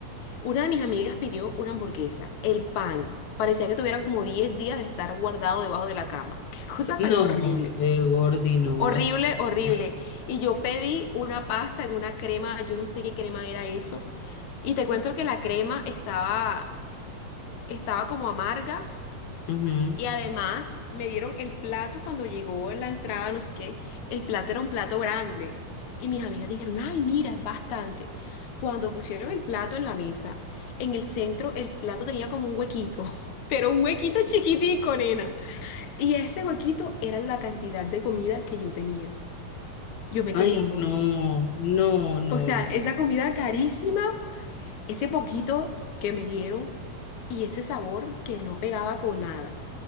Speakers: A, on the left; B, on the left.
A: Una de mis amigas pidió una hamburguesa, el pan. Parecía que tuviera como 10 días de estar guardado debajo de la cama. <laughs> Qué cosa
B: No,
A: tan horrible.
B: de Gordi, no,
A: Horrible,
B: así no era.
A: horrible. Y yo pedí una pasta en una crema, yo no sé qué crema era eso. Y te cuento que la crema estaba, estaba como amarga
B: Ujú.
A: Y además me dieron el plato cuando llegó la entrada, no sé qué. El plato era un plato grande. Y mis amigas dijeron, ay, mira, es bastante. Cuando pusieron el plato en la mesa, en el centro el plato tenía como un huequito, <laughs> pero un huequito chiquitico, nena. Y ese huequito era la cantidad de comida que yo tenía. Yo me
B: Ay,
A: quería morir.
B: no, no, no,
A: O sea,
B: no,
A: esa
B: no.
A: comida carísima ese poquito que me dieron y ese sabor que no pegaba con nada.